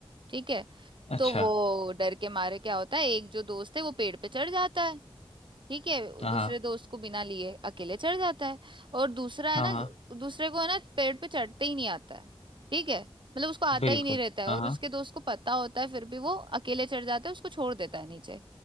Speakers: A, on the right; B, on the left.
A: ठीक है
B: अच्छा
A: तो वो डर के मारे क्या होता है एक जो दोस्त है वो पेड़ पे चढ़ जाता है ठीक है
B: हाँ
A: दूसरे
B: हाँ
A: दोस्त को बिना लिए अकेले चढ़ जाता है और दूसरा है
B: हाँ
A: ना
B: हाँ,
A: दूसरे को है ना पेड़ पे चढ़ते ही नहीं आता है ठीक है मतलब उसको आता
B: बिल्कुल
A: ही नहीं रहता है
B: हाँ
A: और
B: हाँ
A: उसके दोस्त को पता होता है फिर भी वो अकेले चढ़ जाता है उसको छोड़ देता है नीचे